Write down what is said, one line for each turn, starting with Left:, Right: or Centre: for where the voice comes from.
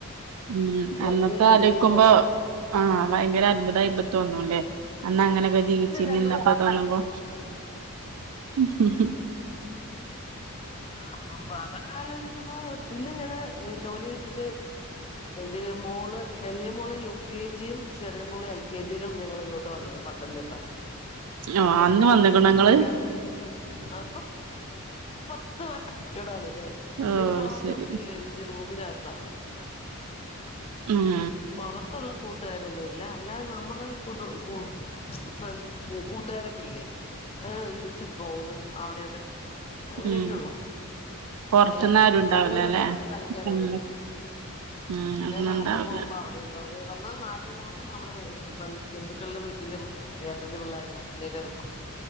Right: ഉം അന്നത്തെ
Left: രണ്ടുപേരും
Right: ആലോയിക്കുമ്പോ
Left: ഒരേപോലെ
Right: ആഹ് ഭയങ്കര അത്ഭുതം ആയിപ്പ തോന്നുംല്ലേ അന്ന് അങ്ങനൊക്കെ ജീവിച്ചിരിന്നൊക്കെ
Left: രണ്ടുമല്ലോ
Right: തോന്നുമ്പോ മ്മ്ഹ് ഹ്
Left: അപ്പ ഇപ്പൊ അതെ ആലോചിക്കുമ്പോ പിന്നെ ഞങ്ങള് ജോലി കിട്ടിട്ട് ഇതി മോള് വലിയ മോള് യു കെ ജിയും ചെറിയ മോള് എൽ കെ ജിയിലും ഞങ്ങൾ ഇങ്ങോട്ട് വന്നു പത്തനംതിട്ട
Right: ആ
Left: അതുവരെ
Right: അന്ന്
Left: ഞങ്ങള്
Right: വന്ന്ക്ക്ണോ
Left: ഒരുമിച്ച്
Right: ഇങ്ങള്
Left: ഫാമിലി ആഇപ്പ പത്ത് വർഷം ഇവിടെ വന്നിട്ട്
Right: ഓ
Left: ഇവര് മാറുമ്പോക്കെ
Right: ശരി
Left: വിചാരിക്കും റൂമിനാത്ത
Right: ഉം
Left: പൊറത്ത് ടുത്തുള്ള കൂട്ടുകാരൊന്നുല്ല അല്ലാതെ നമ്മുടെ കുടു മ്ച്ച് ഫ്രണ്ട് കൂട്ടുകാരൊക്കെല്ലേ ആ ഒരുമിച്ച് പോകും അവിടെവിടേം അങ്ങനെയൊക്കെ
Right: ഉം
Left: ഉള്ളു
Right: പൊറത്ത്ന്ന്
Left: അല്ലാതെ
Right: ആരും ഉണ്ടാവൂലല്ലേ
Left: സ്കൂള് വിട്ട് വന്ന് കളിക്കാനൊന്നും
Right: ഉം ഉം
Left: പിന്നെ
Right: അന്നുണ്ടാവൂല
Left: നാട്ടിൽ പോകുമ്പോ അവിടെ ഉള്ളത് അ വന്നാ നാട്ടിൽ പോകുമ്പോൾ നമ്മള് ബന്ധുക്കളുടെ വീട്ടിലും ഏട്ടന്റെ പിള്ളേരും അങ്ങനൊക്കെ ഉള്ളു